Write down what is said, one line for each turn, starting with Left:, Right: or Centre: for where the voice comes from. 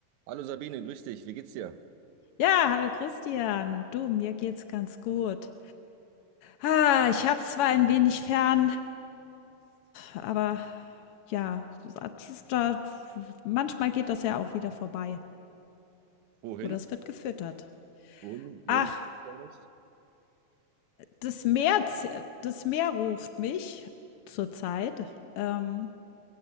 Right: Hallo Sabine, grüß dich, wie geht's dir?
Left: Ja, hallo Christian. Du, mir geht's ganz gut. Ah, ich habe zwar ein wenig Fernlust, aber ja, das- da, manchmal geht das ja auch wieder vorbei.
Right: Wohin?
Left: Oder es wird gefüttert.
Right: Wohin,
Left: Ach,
Right: wohin du planst?
Left: das Meer, z- das Meer ruft mich zurzeit. Ähm,